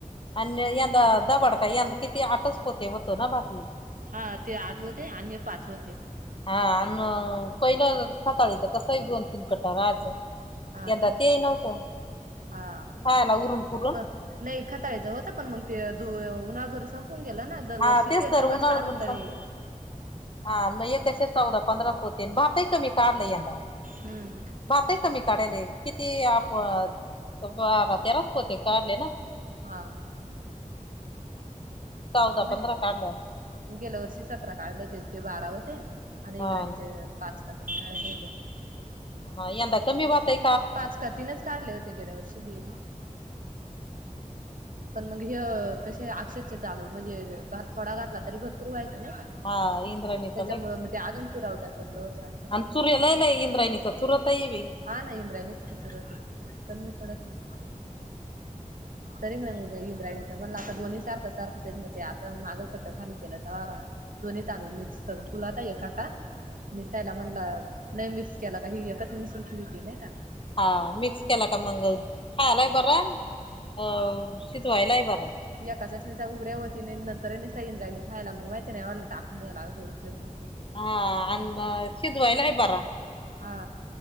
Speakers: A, on the left (about 40°); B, on the right (about 80°).
A: आणि यंदा दबाड का यंदा किती आटच पोते होत ना भात हे
B: हा ते आठ होते आणि हे पाच होते.
A: हा
B: इंद्राणीचे
A: आण पहिलं खाताळीचं कस दोन तीन कट राहायचं.
B: हा
A: यंदा
B: ना
A: ते नव्हतं,
B: हा
A: खायला उरून पुरून.
B: मग नाही खाताळायचं होत पण मग ते द उन्हाभर संपून गेला ना. दरवर्षी
A: हा तेच
B: ते
A: तर
B: तेवढंच
A: उन्हाळ
B: काढून तरी
A: संपून हा म हे कशे चौदा. पंधरा पोतेन भातही कमी काडला यंदा.
B: हम्म.
A: भात आहे कमी काढायले किती आप बारा तेराच पोते होते काढले ना?
B: हा
A: चौदा
B: नाही
A: पधरा काढले असतील
B: गेल्या वर्षी सतरा काढले होते ते बारा होते आणि
A: हा
B: इंद्राणीचे पाच काय काढले होते.
A: ह यंदा कमी भात आहे
B: पाच का तीनच काढले होते गेल्या वर्षी बेग पण मग ह कसे अक्षदचे तांदूळ म्हणजे भात थोडा घातला तरी भरपूर व्हायचा नाही का
A: हा इंद्राणी च
B: त्याच्यामुळे मी ते अजून पुरावठ्या पडल होतं
A: अ चूरय लाय लाय इंद्रायणीचा चुरता आहेवी
B: हा नाही इंद्राय नाही कुठच कमी पडत ये. तरी मग इंद्राणींच म्हणलं आता दोन्ही सारख सारखंच येत मग ते आता मागं कट्ट खाली केलं तेव्हा. दोन्ही तादूळ मिक्स करून ठुलाता एक कटा. निसायला म्हणला नाही मिक्स केला का ह एकच निसून ठिवती नाही का.
A: हा मिक्स केला का मंग खायलाय बर अ शिजवायला बरा.
B: एकाचच् नुसत्या उगऱ्या होतीन आणि नंतर निस्ता इंद्रायानी खायला मग माहिती ना येवडल टाकून द्यायला लागतो येवेडी फे झुक होते.
A: हा अन शिजवायला ही बरा
B: हा